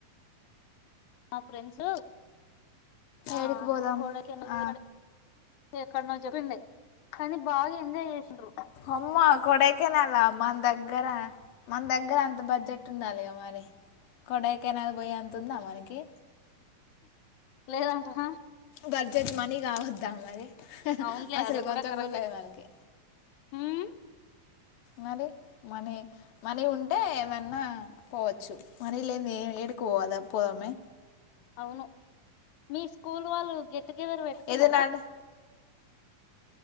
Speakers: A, on the left (about 70°); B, on the left (about 85°).
A: ఆ ఫ్రెండ్స్ ఆ
B: ఏడికి పోదాం
A: కొడైకెనాల్
B: ఆ,
A: ఎక్కడ ను చెప్పడి కానీ బాగా ఎంజాయ్ చేసిండ్రు
B: అమ్మా కొడైకనలా మన దగ్గర మన దగ్గర అంత బడ్జెట్ ఉండాలిగా మరి కొడాయి కెనాల్ పోయి అంత ఉందా మనకి
A: లేదాంటవ
B: బడ్జెట్ మనీ కా వద్దా మరి
A: అవునులే
B: అసలు
A: అది
B: కొంచెం
A: కరెక్టే
B: కూడా లేదు మనకి
A: హ్మ్
B: మనీ మనీ మనీ ఉంటే ఏమన్నా పోవచ్చు మనీ లేని ఏ ఏడుకోవచ్చు పోదా పోవమే
A: అవును మీ స్కూల్ వాళ్ళు గెట్టుగెదర్ పెట్టుకున్నారా
B: ఏదైనా అడ్-